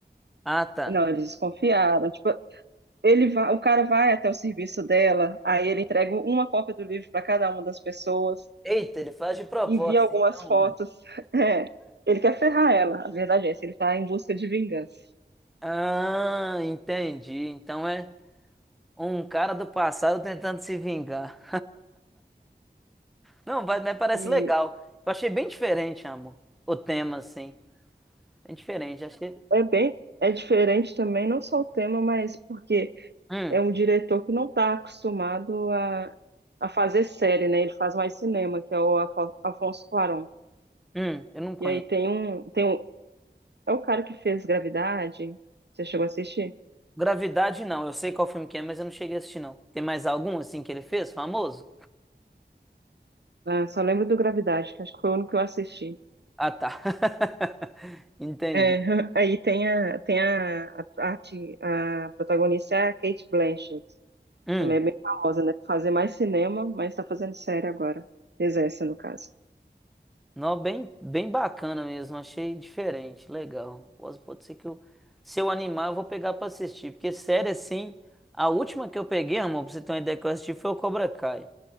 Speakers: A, in the centre; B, on the right.
A: Ah, tá.
B: Não, eles desconfiaram. Tipo, ele vai, o cara vai até o serviço dela, aí ele entrega uma cópia do livro para cada uma das pessoas,
A: Eita, ele faz de proposta,
B: envia algumas
A: então.
B: fotos.
A: ué.
B: <laughs> É, ele quer ferrar ela, a verdade é essa, ele está em busca de vingança.
A: Ah, entendi. Então é um cara do passado tentando se vingar. Não, vai- mas parece
B: E
A: legal. Eu achei bem diferente, amor. O tema, assim. Bem diferente. Achei.
B: É bem, é diferente também, não só o tema, mas porque
A: Hum,
B: é um diretor que não está acostumado a, a fazer série, né? Ele faz mais cinema, que é o Afo- Afonso Cuarón.
A: hum, eu não conheço.
B: E aí tem um, tem um, é o cara que fez Gravidade. Você chegou a assistir?
A: Gravidade, não. Eu sei qual filme que é, mas eu não cheguei a assistir, não. Tem mais algum, assim, que ele fez, famoso?
B: Ah, só lembro do Gravidade, que acho que foi o único que eu assisti.
A: Ah, tá. <laughs> Entendi.
B: É, <laughs> aí tem a, tem a, a, parte- a protagonista é a Kate Blanchett,
A: Hum.
B: também é bem famosa, né? Fazer mais cinema, mas está fazendo série agora. Exerce, no caso.
A: Não, bem, bem bacana mesmo, achei diferente, legal. Pode, pode ser que eu, se eu animar, eu vou pegar pra assistir, porque série assim, a última que eu peguei, amor, pra você ter uma ideia que eu assisti, foi o Cobra Kai.